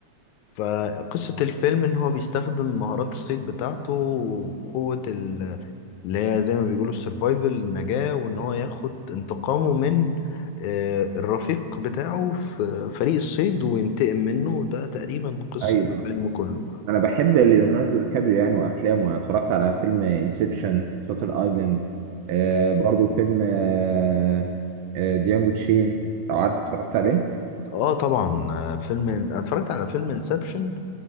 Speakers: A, on the left (about 85°); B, on the right (about 80°).
A: فقصة الفيلم إن هو بيستخدم مهارات الصيد بتاعته وقوة ال- اللي هي زي ما بيقولوا السرفايفل النجاة وإن هو ياخد انتقامه من آه، الرفيق بتاعه في فريق الصيد وينتقم منه ده تقريبا قصة
B: ايوه
A: الفيلم كله
B: انا بحب ليوناردو دي كابريو يعني وافلامه انا اتفرجت على فيلم انسبشن شاتر ايلاند آه برضو فيلم آه آه ديانجو تشين لو عارف اتفرجت عليه
A: اه طبعا آه، فيلم أنا اتفرجت على فيلم انسبشن